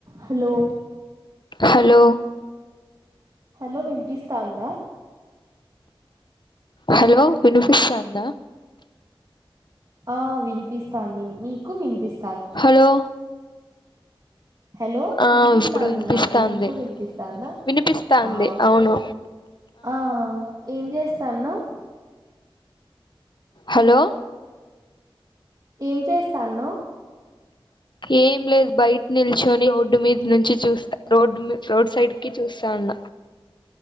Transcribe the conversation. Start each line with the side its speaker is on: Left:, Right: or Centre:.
Right: Hello
Left: hello
Right: hello వింపిస్థందా
Left: hello వినిపిస్థందా
Right: ఆ వినిపిస్తాంది మికు వినిపిస్
Left: హలో
Right: హలో
Left: ఆ
Right: వినిపిస్తాంది
Left: ఇప్పుడు వినిపిస్తాంది
Right: నాకు నీకు వినిపిస్తాందా
Left: వినిపిస్తాంది
Right: ఆ
Left: అవును
Right: ఆ ఏం చేస్ స్థాన్నవ్
Left: హలో
Right: ఏం చేస్తాన్నవ్
Left: ఏం లేదు బయట నిల్చుని రోడ్డు మీద నుంచి చూస్తా రోడ్డు రోడ్ సైడ్ కి చూస్తా ఉన్న